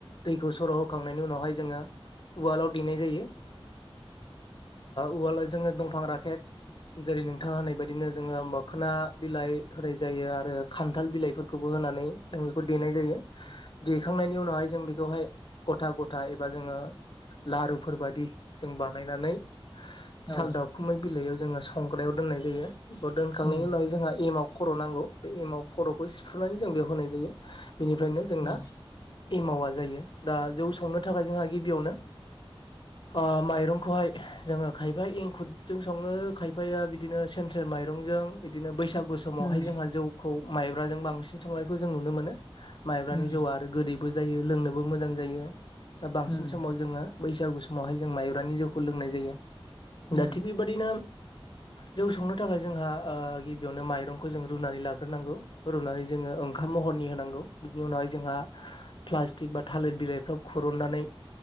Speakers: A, on the left (about 55°); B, on the left (about 25°).
A: दैखौ सर' होखांनायनि उनावहाय जोङो उवालाव देनाय जायो। उवालाय जोङो दंफां राखेब जेरै नोंथाङा होनायबायायदिनो जोङो मो खोना बिलाइ होनाय जायो आरो खान्थाल बिलाइफोरखौबो होनानै जों बेखौ देनाय जायो। देखांनायनि उनावहाय जों बे बेवहाय गथा गथा एबा जोङो लारुफोर बायदि जों बानायनानै
B: औ
A: साल दाावखुमै बिलाइयाव जोङो संग्रायाव दोननाय जायो। दोनखांनायनि
B: उम
A: उनाव जोंहा एमाव खर' नांगौ बे एमाव खर'खौ सिफ्रुनानै जों बेयाव होनाय जायो। बिनिफ्रायनो जोंना
B: उम
A: एमाउआ जायो दा जौ संनो थाखाय जोंहा गिबियावनो ओ माइरंखौहाय जोङो खायफा एंखुरुरजों सङो खायफाया बिदिनो सेर सेर माइरंजों बिदिनो बैसागु समावहाय
B: उम
A: जोंहा जौखौ माइब्राजों बांसिन संनायखौ जों नुनो मोनो माइब्रानि
B: उम
A: जौआ आरो गोदै बो जायो लोंनोबो मोजां जायो। दा बांसिन
B: उम
A: सोमावसार जोङो बैसागुयावहाय जोङो माइब्रानि जौखौ लोंनाय जायो
B: उम
A: दा थिग बेबायाददिनो जौ संनो थाखाय जोंहा गिबियावनो माइरंखौ जों रुनानै लाग्रोनांगौ रुनानै जोङो ओंखाम महरनि होनांगौ बिनि उनाव जोंहा पाल्तिक बा थालिर बिलाइफ्राव खुरननानै